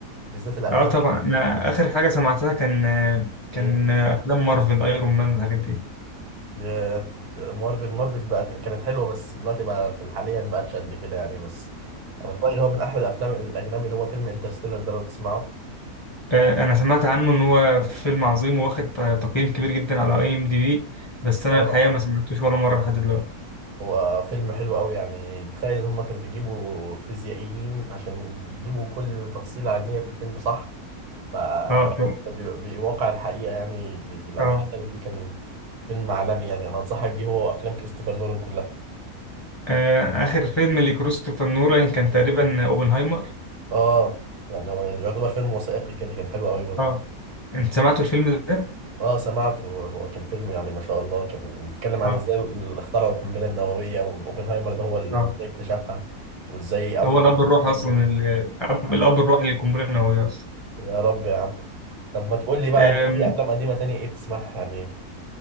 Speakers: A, on the right; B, on the left.
A: بالذات الأفلام
B: اه طبعا
A: اللي
B: انا اخر حاجة سمعتها كان آه، كان
A: إيه
B: آه، افلام مارفل ايرون مان والحاجات دي
A: ياه، مارفل مارفل بقت كانت حلوة بس دلوقتي بقى في الحاليا بقتش قد كده يعني بس أنا في رأيي اللي هو من أحلى الأفلام الأجنبي اللي هو فيلم انترستيلر ده لو تسمعه
B: آه، انا سمعت عنه ان هو فيلم عظيم واخد ت- تقييم كبير جدا على اي ام دي بي بس انا
A: اه
B: الحقيقه ما سمعتوش ولا مره لحد دلوقتي
A: هو فيلم حلو قوي يعني تخيل ان هم كانوا بيجيبوا فيزيائيين عشان يجيبوا كل تفصيلة علمية في الفيلم صح ف
B: اه طب
A: بي- بيواقع الحقيقة يعني لو
B: اه
A: حصلت دي كان فيلم عالمي يعني انا انصحك بيه هو افلام كريستوفر نولان كلها
B: آه، اخر فيلم لكريستوفر نولان كان تقريبا اوبنهايمر
A: اه يعني هو يعتبر فيلم وثائقي كده كان حلو قوي برضه
B: اه انت سمعتوا الفيلم ده
A: اه سمعته هو كان فيلم يعني ما شاء الله كان بيتكلم
B: اه
A: عن ازاي ال- اخترعوا القنبلة النووية والاوبنهايمر ده هو ال-
B: اه
A: ازاي اكتشفها وازاي اول
B: هو الاب الروحي
A: مين
B: اصلا الاب الاب الروحي للقنبله النوويه اصلا
A: يا رب يا عم طب ما تقول لي بقى
B: آم،
A: انت في افلام قديمه تانية ايه بتسمعها يعني